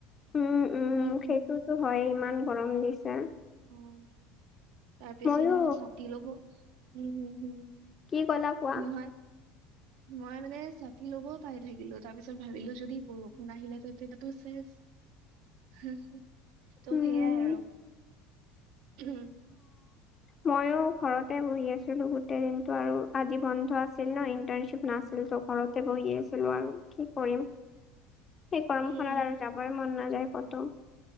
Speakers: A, on the left; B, on the right.
A: উম, উম,
B: হম হম!
A: সেইটোতো হয়, ইমান গৰম দিছে।
B: অ', তাৰপিছত
A: ময়ো
B: মই ছাতি ল'ব, হম, হম, হম।
A: কি কলা? কোৱা?
B: নহয়। মই মানে ছাতি ল'বও পাহৰি থাকিলো। তাৰ পিছত ভাবিলো যদি বৰষুণ আহিলে তাতো চেছ। ত'
A: উম,
B: সেইয়াই আৰু হম।
A: মইয়ো ঘৰতে বহি আছিলো গোটেই দিনটো আৰু আজি বন্ধ আছিল ন, ইন্টাৰশ্বিপ নাছিল। ত' ঘৰতে বহি আছিলো আৰু কি কৰিম।
B: <inaudible>
A: এই গৰমখনত
B: উম
A: আৰু যাবই মন নাযায় ক'তো।